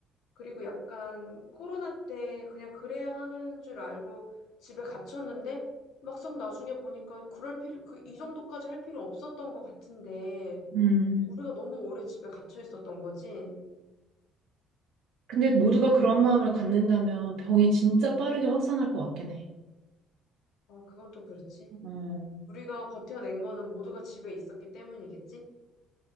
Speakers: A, on the left (about 75°); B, on the right (about 60°).
A: 그리고 약간 코로나 때 그냥 그래야 하는 줄 알고 집에 갇혔는데 막상 나중에 보니까 그럴 필요, 그 이 정도까지 할 필요 없었던 것 같은데
B: 음.
A: 우리가 너무 오래 집에 갇혀 있었던 거지.
B: 근데 모두가 그런 마음을 갖는다면 병이 진짜 빠르게 확산할 것 같긴 해.
A: 아, 그건 또 그렇지.
B: 어.
A: 우리가 버텨낸 거는 모두가 집에 있었기 때문이겠지?